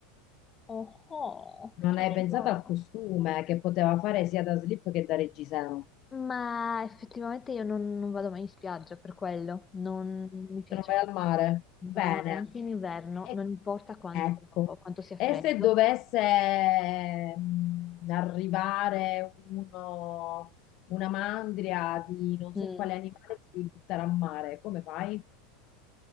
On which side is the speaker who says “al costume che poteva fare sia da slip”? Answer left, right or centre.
Left